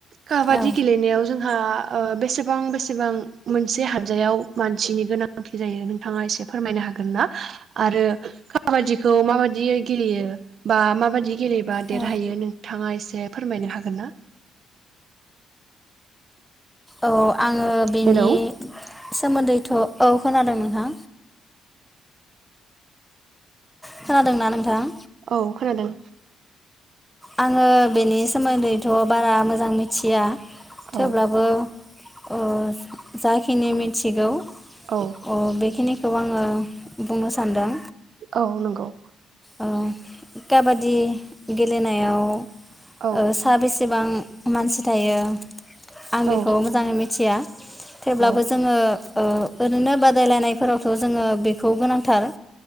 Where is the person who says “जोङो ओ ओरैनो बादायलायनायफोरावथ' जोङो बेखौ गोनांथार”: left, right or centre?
Centre